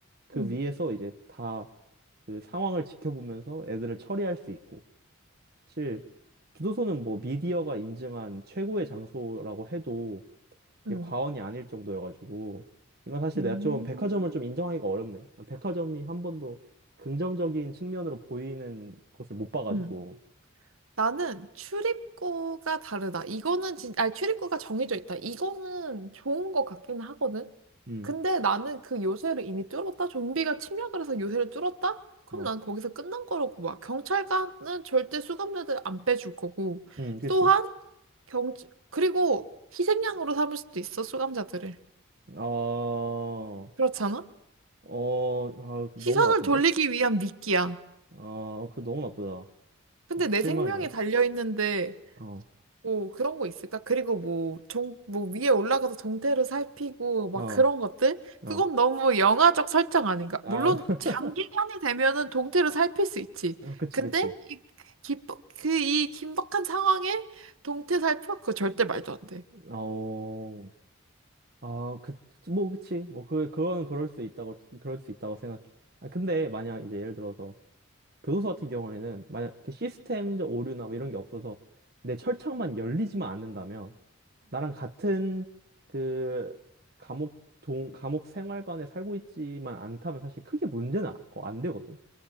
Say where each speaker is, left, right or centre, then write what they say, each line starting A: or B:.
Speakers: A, on the right (about 45°); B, on the right (about 80°).
A: 그
B: 응.
A: 위에서 이제 다 그 상황을 지켜보면서 애들을 처리할 수 있고, 사실, 교도소는 뭐 미디어가 인증한 최고의 장소라고 해도 이게
B: 응.
A: 과언이 아닐 정도여가지고 이건 사실
B: 음.
A: 내가 좀 백화점을 좀 인정하기가 어렵네. 백화점이 한 번도 긍정적인 측면으로 보이는 것을 못 봐가지고.
B: 음. 나는 출입구가 다르다. 이거는 진, 아니, 출입구가 정해져 있다. 이거는 좋은 것 같기는 하거든.
A: 음,
B: 근데 나는 그 요새를 이미 뚫었다. 좀비가 침략을 해서 요새를 뚫었다? 그럼
A: 어,
B: 난 거기서 끝난 거라고 봐. 경찰관은 절대 수감자들 안 빼줄 거고.
A: 음, 그치.
B: 또한 경, 그리고 희생양으로 삼을 수도 있어, 수감자들을.
A: 어,
B: 그렇잖아?
A: 어, 아, 그
B: 시선을
A: 너무 나쁜데?
B: 돌리기 위한 미끼야.
A: 어, 그거 너무 나쁘다.
B: 근데
A: 아주
B: 내
A: 실망이야.
B: 생명이 달려있는데
A: 어,
B: 뭐 그런 거 있을까? 그리고 뭐종뭐 위에 올라가서 동태를 살피고 막
A: 어,
B: 그런 것들?
A: 어.
B: 그건 너무 영화적 설정 아닌가?
A: 아,
B: 물론
A: <laughs>
B: 장기간이 되면은 동태를 살필 수 있지.
A: 어, 그치,
B: 근데
A: 그치.
B: 이 긴박 그이 긴박한 상황에 동태 살펴 그 절대 말도 안 돼.
A: 아오. 아, 그, 뭐, 그치. 뭐, 그, 그거는 그럴 수 있다고, 그럴 수 있다고 생각해. 아, 근데 만약 이제 예를 들어서 교도소 같은 경우에는 만약 그 시스템적 오류나 뭐 이런 게 없어서 내 철창만 열리지만 않는다면 나랑 같은 그 감옥 동 감옥 생활관에 살고 있지만 않다면 사실 크게 문제는 아- 어, 안 되거든.